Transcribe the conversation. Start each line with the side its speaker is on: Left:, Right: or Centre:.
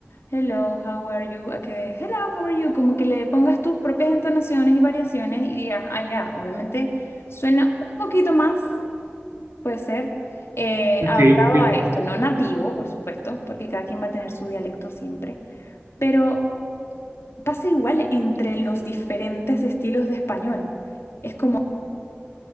Left: Hello, how are you? A que hello, how are you? Como que le pongas tus propias entonaciones y variaciones y digas, ah, ya, obviamente suena un poquito más, puede ser, eh, adaptado
Right: Sí, sí,
Left: a
Right: sí.
Left: esto, no nativo, por supuesto, porque cada quien va a tener su dialecto siempre, pero pasa igual entre los diferentes estilos de español. Es como